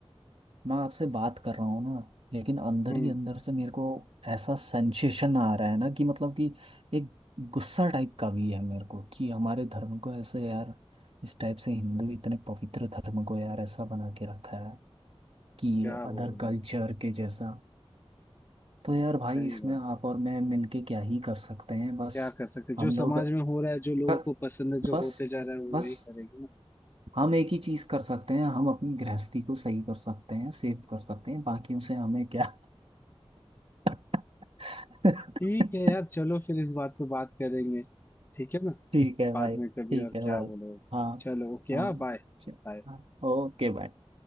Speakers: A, on the right; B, on the left.
A: मैं आपसे बात कर रहा हूँ ना लेकिन अंदर
B: हम्म
A: ही अंदर से मेरे को ऐसा सेंसेशन आ रहा है ना कि मतलब कि एक गुस्सा टाइप का भी है मेरे को कि हमारे धर्म को ऐसे यार इस टाइप से हिंदू इतने पवित्र धर्म को यार ऐसा बना के रखा है कि
B: क्या
A: ये अदर
B: बोल रहे
A: कल्चर
B: हैं
A: के जैसा तो यार भाई
B: सही
A: इसमें
B: बात
A: आप
B: है
A: और मैं मिलके क्या ही कर सकते हैं बस
B: क्या कर सकते हैं?
A: हम
B: जो
A: लोग
B: समाज में हो रहा है जो लोगों
A: कर,
B: को पसंद है जो
A: बस
B: होते जा रहा है वो
A: बस
B: वही करेंगे ना
A: हम एक ही चीज कर सकते हैं हम अपनी गृहस्थी को सही कर सकते हैं सेव कर सकते हैं बाकियों से हमें क्या <laughs>
B: ठीक है यार
A: <laughs>
B: चलो फिर इस बात पे बात करेंगे ठीक है ना
A: ठीक है
B: बाद
A: भाई
B: में
A: ठीक
B: कभी और
A: है
B: क्या
A: भाई
B: बोलो
A: हाँ
B: चलो ओके
A: हाँ
B: हाँ बाय
A: च-
B: बाय।
A: हाँ ओके भाई